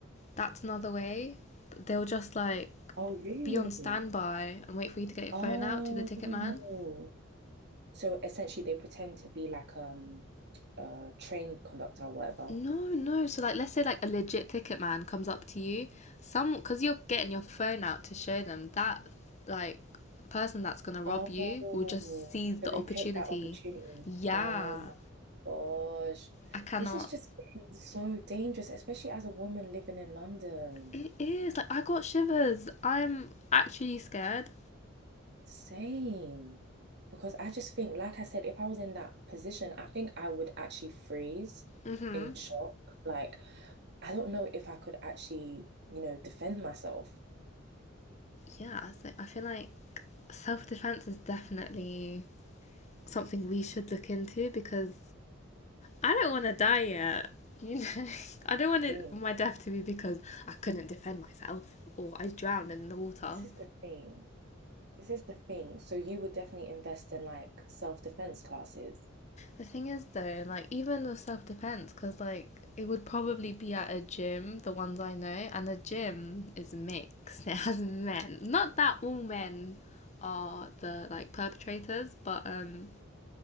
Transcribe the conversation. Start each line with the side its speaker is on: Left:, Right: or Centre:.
Left: that's another way. They'll just like
Right: Oh, really?
Left: be on standby and wait for you to get your
Right: Oh.
Left: phone out to the ticket man.
Right: So essentially they pretend to be like um a train conductor or whatever.
Left: No, no. So, like, let's say, like, a legit ticket man comes up to you, some, because you're getting your phone out to show them, that, like, person that's gonna rob
Right: Oh,
Left: you will just seize
Right: so
Left: the
Right: they
Left: opportunity.
Right: take that opportunity.
Left: Yeah,
Right: Oh my gosh.
Left: I cannot.
Right: This is just getting so dangerous, especially as a woman living in London.
Left: It is, like, I got shivers. I'm actually scared.
Right: Same. Because I just think, like I said, if I was in that position, I think I would actually freeze
Left: Mm-hmm.
Right: in shock. Like, I don't know if I could actually, you know, defend myself.
Left: Yeah, so I feel like self-defense is definitely something we should look into because I don't want to die yet. You know, <laughs> I don't want it,
Right: Thing.
Left: my death to be because I couldn't defend myself or I drowned in the water.
Right: This is the thing. This is the thing. So you would definitely invest in like self-defense classes.
Left: The thing is, though, like even with self defense, because like it would probably be at a gym, the ones I know, and the gym is mixed. <laughs> It has men. Not that all men are the like perpetrators, but um,